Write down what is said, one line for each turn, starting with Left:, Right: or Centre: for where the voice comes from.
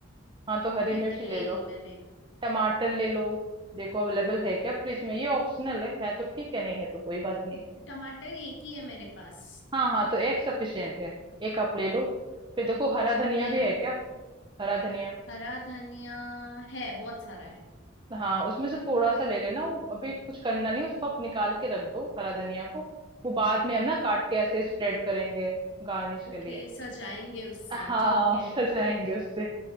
Right: हाँ तो हरी
Left: ठीक
Right: मिर्ची
Left: है ले
Right: ले लो
Left: ली मैंने
Right: टमाटर ले लो देखो अवेलेबल है क्या फ्रिज में ये ऑप्शनल है है तो ठीक है नहीं है तो कोई बात नहीं
Left: टमाटर एक ही है मेरे पास
Right: हाँ हाँ तो एक सफिशियंट है एक आप ले लो फिर देखो हरा धनिया
Left: ले
Right: भी
Left: लिया
Right: है क्या हरा धनिया
Left: हरा धनिया है बहुत सारा है
Right: हाँ उसमें से थोड़ा सा ले लेना वो अभी कुछ करना नहीं उसको आप निकाल के रख दो हरा धनिया को वो बाद में हम ना काट के ऐसे स्प्रेड करेंगे गार्निश के
Left: ओके
Right: लिए
Left: सजाएंगे उससे
Right: हाँ
Left: ठीक है
Right: सजाएंगे उससे